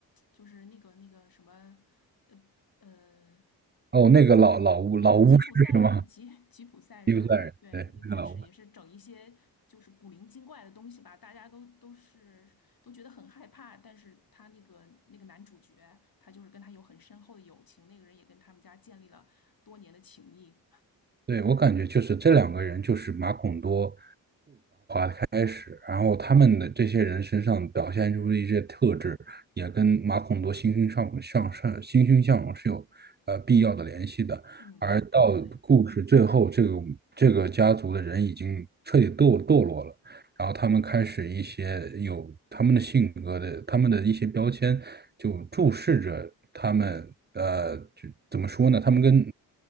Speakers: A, on the left; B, on the right.
A: 就是那个那个什么，呃。呃，
B: 哦，那个老老巫老巫师是吗？
A: 那个吉普赛人，吉吉普赛人，
B: <laughs> 伊布赛人，
A: 对，
B: 对，
A: 一开始也是整一些就是古灵精怪的东西吧，
B: 那个老巫。
A: 大家都都是都觉得很害怕，但是他那个那个男主角，他就是跟他有很深厚的友情，那个人也跟他们家建立了多年的情谊。
B: 对，我感觉就是这两个人就是马孔多，开始，然后他们的这些人身上表现出的一些特质，也跟马孔多欣欣向向上、欣欣向荣是有呃必要的联系的。
A: 嗯，
B: 而到故事最后，
A: 对
B: 这个这个家族的人已经彻底堕堕落了，然后他们开始一些有他们的性格的，他们的一些标签，就注视着他们，呃，就怎么说呢？他们跟